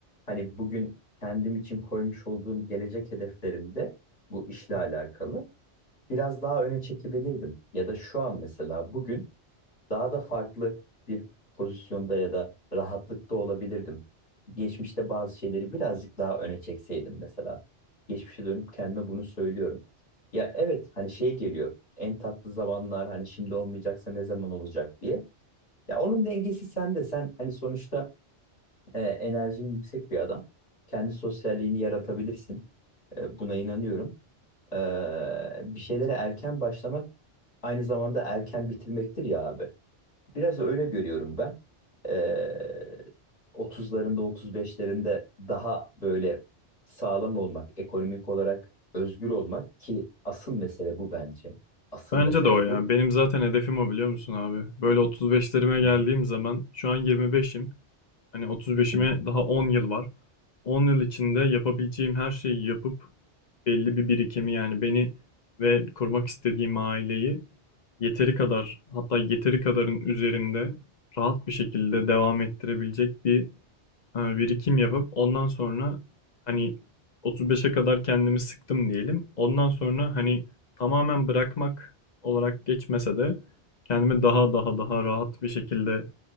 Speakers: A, on the left; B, on the left.
A: hani bugün kendim için koymuş olduğum gelecek hedeflerimde bu işle alakalı biraz daha öne çekebilirdim. Ya da şu an mesela bugün daha da farklı bir pozisyonda ya da rahatlıkta olabilirdim. Geçmişte bazı şeyleri birazcık daha öne çekseydim mesela. Geçmişe dönüp kendime bunu söylüyorum. Ya evet hani şey geliyor. En tatlı zamanlar hani şimdi olmayacaksa ne zaman olacak diye. Ya onun dengesi sende. Sen hani sonuçta e, enerjin yüksek bir adam. Kendi sosyalliğini yaratabilirsin. E, buna inanıyorum. E, bir şeylere erken başlamak aynı zamanda erken bitirmektir ya abi. Biraz öyle görüyorum ben. Ee, 30'larında, 35'lerinde daha böyle sağlam olmak, ekonomik olarak özgür olmak ki asıl mesele bu bence. Asıl
B: Bence
A: mesele
B: de o ya.
A: bu.
B: Benim zaten hedefim o biliyor musun abi? Böyle 35'lerime
A: Hı
B: geldiğim
A: hı.
B: zaman şu an 25'im. Hani 35'ime
A: Hı hı.
B: daha 10 yıl var. 10 yıl içinde yapabileceğim her şeyi yapıp belli bir birikimi yani beni ve kurmak istediğim aileyi yeteri kadar hatta yeteri kadarın üzerinde rahat bir şekilde devam ettirebilecek bir e, birikim yapıp ondan sonra hani 35'e kadar kendimi sıktım diyelim. Ondan sonra hani tamamen bırakmak olarak geçmese de kendimi daha daha daha rahat bir şekilde